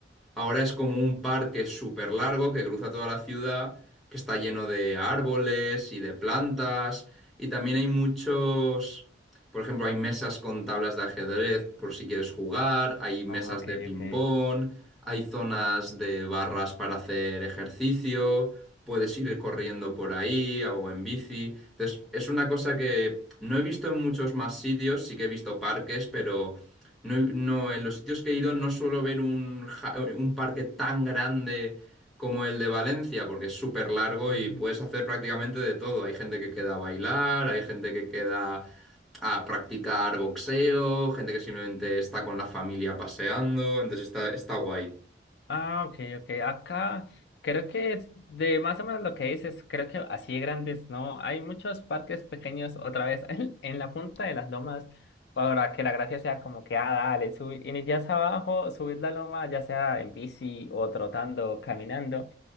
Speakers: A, in the centre; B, on the left.
A: Ahora es como un parque súper largo que cruza toda la ciudad, que está lleno de árboles y de plantas. Y también hay muchos, por ejemplo, hay mesas con tablas de ajedrez por si quieres jugar, hay mesas
B: Ah, ok,
A: de ping-pong,
B: ok.
A: hay zonas de barras para hacer ejercicio, puedes ir corriendo por ahí o en bici. Entonces, es una cosa que no he visto en muchos más sitios, sí que he visto parques, pero... No, no, en los sitios que he ido no suelo ver un, ja- un parque tan grande como el de Valencia, porque es súper largo
B: Ah.
A: y puedes hacer prácticamente de todo. Hay gente que queda a bailar, hay gente que queda a practicar boxeo, gente que simplemente está con la familia paseando, entonces está, está guay.
B: Ah, ok, ok. Acá creo que es de más o menos lo que dices, creo que así de grandes, ¿no? Hay muchos parques pequeños otra vez <laughs> en, en la punta de las lomas para que la gracia sea como que, ah, dale, subir, inicias abajo, subir la loma, ya sea en bici o trotando, caminando.